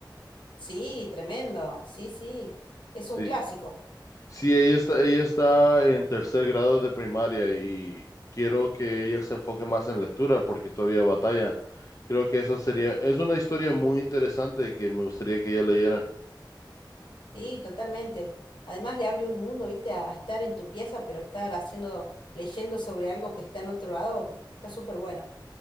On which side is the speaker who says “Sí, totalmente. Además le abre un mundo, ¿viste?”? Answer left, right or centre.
Left